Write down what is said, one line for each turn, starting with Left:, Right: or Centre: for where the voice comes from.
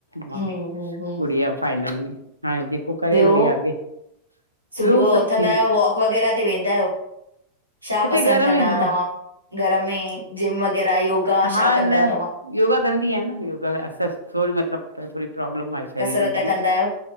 Left: ऐं
Right: हम्म हम्म हम्म
Left: गुड़िया फाइनल में। हाणे पक करे
Right: ॿियो
Left: वरी आगे ॿियो
Right: सुबुह जो
Left: सभु
Right: उथंदा
Left: ठीक।
Right: आहियो वॉक वग़ैरह ते वेंदा आहियो? छा
Left: हिते
Right: पसंदि
Left: घर में
Right: कंदा आहियो
Left: हा
Right: तव्हां घर में जिम वग़ैरह योगा
Left: हा
Right: छा कंदा
Left: न
Right: आहियो तव्हां?
Left: योगा कंदी आहि न योगा असां थोरी मतलबु थोरी प्रॉब्लम आहे। शरीर
Right: कसरत
Left: में बि
Right: कंदा आहियो?